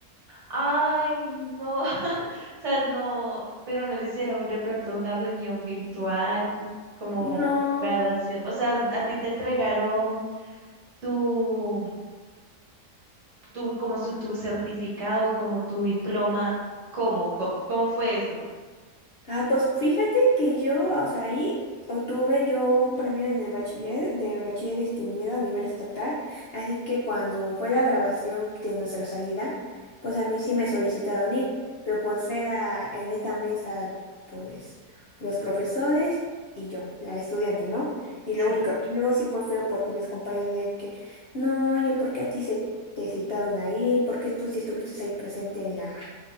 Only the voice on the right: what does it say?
Ay, no, <laughs> o sea, no, pero no le hicieron de pronto una reunión virtual como
graduación. O sea, a ti te entregaron tu tu, como su, tu certificado, como tu diploma. ¿Cómo, cómo, cómo fue eso?
Sí,